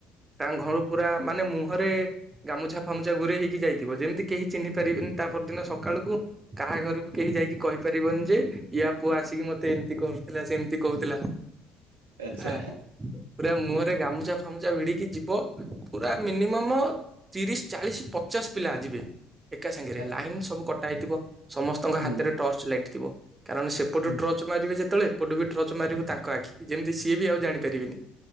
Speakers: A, on the right; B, on the right.
A: ତା ଘରୁ ପୁରା ମାନେ ମୁହଁରେ- ଗାମୁଛା ଫାମୁଛା ଗୁରେଇ- ଯାଇଥିବ ଯେମିତି କେହି ଚିହ୍ନି ପାରିବେନି ତା ପରଦିନ ସକାଳୁକୁ କାହା ଘରକୁ କେହି ଯାଇକି କହିପାରିବନି ଯେ- ୟା ପୁଅ ଆସିକି ମତେ ଏମତି କରୁଥିଲା ସେ ଏମିତି କହୁଥିଲା
B: ଆଚ୍ଛା
A: ଆ ପୁରା ମୁହଁରେ ଗାମୁଛା- ଗାମୁଜା ଭିଡ଼ିକି ଯିବ ପୁରା ମିନିମମ ତିରିଶ ଚାଳିଶ ଚସ୍ ପିଲା ଯିବେ ଏକା ସାଙ୍ଗେରେ
B: ଆ-
A: ଲାଇନ ସବୁ କଟା ହେଇଥିବ ସମସ୍ତଙ୍କ
B: ହୁଁ।
A: ହାତରେ ଟର୍ଚ୍ଚ ଲାଇଟିି ଥିବ କାରଣ ସେପଟୁ
B: ହୁଁ,
A: ଟ୍ରର୍ଚ୍ଚ ମାରିବେ ଯେ କେତେବେଳେ ଏପଟୁ ବି ଟ୍ରର୍ଚ୍ଚ ମାରିବୁ ତାଙ୍କ ଆଖି ଯେମିତି ସଏ ବି ଆ ଜାଣିପାରିବେନି।